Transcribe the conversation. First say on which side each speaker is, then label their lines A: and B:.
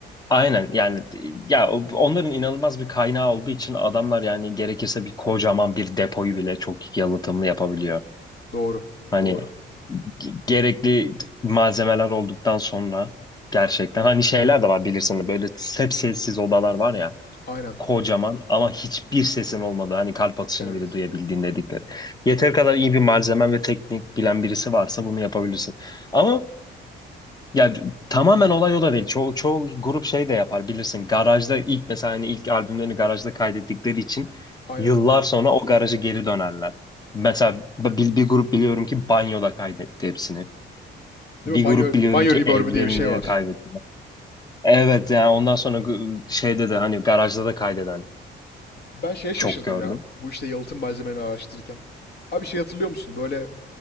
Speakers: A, on the left (about 20°); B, on the left (about 55°).
A: Aynen yani ya o- onların inanılmaz bir kaynağı olduğu için adamlar yani gerekirse bir kocaman bir depoyu bile çok yalıtımlı yapabiliyor.
B: Doğru.
A: Hani
B: Doğru.
A: ge- gerekli malzemeler olduktan sonra gerçekten hani şeyler de var bilirsin böyle hep sessiz odalar var ya.
B: Aynen.
A: kocaman ama hiçbir sesin olmadı. Hani kalp atışını
B: Evet.
A: bile duyabildiğin dedikleri. Yeter kadar iyi bir malzemen ve teknik bilen birisi varsa bunu yapabilirsin. Ama ya tamamen olay o da değil. Çoğu, çoğu grup şey de yapar bilirsin. Garajda ilk mesela hani ilk albümlerini garajda kaydettikleri için
B: Aynen
A: yıllar
B: öyle.
A: sonra o garaja geri dönerler. Mesela bir, bir grup biliyorum ki banyoda kaydetti hepsini.
B: Değil
A: Bir
B: mi? Banyo,
A: grup biliyorum
B: banyo
A: ki
B: reverb'ü
A: evlerinde
B: diye bir şey var.
A: kaydetti. Evet yani ondan sonra gu- şeyde de hani garajda da kaydeden
B: Ben şeye şaşırdım
A: çok gördüm.
B: ya. Bu işte yalıtım malzemelerini araştırırken. Abi şey hatırlıyor musun? Böyle